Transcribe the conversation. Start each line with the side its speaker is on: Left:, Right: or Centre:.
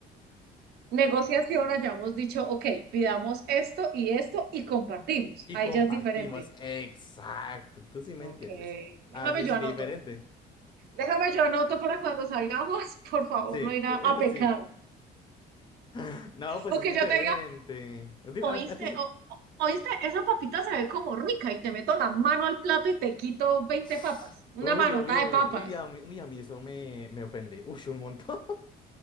Right: negociación hayamos dicho, ok, pidamos esto y esto y compartimos.
Left: y
Right: Ahí
Left: compartimos.
Right: ya es diferente.
Left: Exacto, tú sí me
Right: Ok,
Left: entiendes.
Right: déjame
Left: Así
Right: yo
Left: sí, sí,
Right: anoto.
Left: diferente.
Right: Déjame yo anoto para cuando salgamos, <laughs> por favor,
Left: Sí,
Right: no ir a,
Left: <laughs>
Right: a pecar.
Left: sí. <laughs> No, pues
Right: O
Left: es
Right: que
Left: diferente.
Right: yo te diga,
Left: Es di- a,
Right: Oíste,
Left: a ti se-
Right: o- o- oíste, esa papita se ve como rica y te meto la mano al plato y te quito 20
Left: <sighs>
Right: papas, una
Left: Uy,
Right: manota
Left: obvio.
Right: de papas.
Left: Uy, a mí, uy, a mí eso me, me ofende. Uy, un montón.